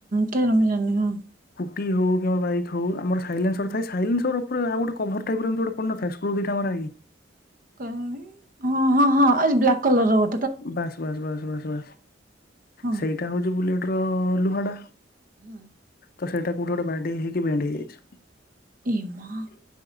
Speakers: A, on the right; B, on the left.
A: କେଜାଣି ମୁଁ ଜାନି ହଁ।
B: ଟି ହୁ କିମ୍ୱା ବାଇକ୍ ହଉ ଆମର ସାଇଲେନ୍ସର ଥାଏ। ସାଇଲେନ୍ସର ଉପରେ ଆଉ ଗୋଟେ କଭର ଟାଇପର ଏମତି ଗୋଟେ ପଡିନଥାଏ ସ୍କ୍ରୃ ଦିଟା ମରା ହେଇକି।
A: କହଣି ହଁ ହଁ ହଁ ଆଜ୍ ବ୍ଲାକ କଲର ଗୋ
B: ବାସ୍ ବାସ୍ ବାସ୍ ଉଁ ହୁଁ
A: ହଁ।
B: ସେଇଟା ହଉଛି ବୁଲେଟ୍। ର ଲୁହା ଟା
A: ହଁ।
B: ତ ସେଇଟା କୋଉଠି ଗୋଟେ ବାଡ଼େଇ ହେଇକି ବେଣ୍ଡ ହେଇଯାଇଛି।
A: ଏ ମା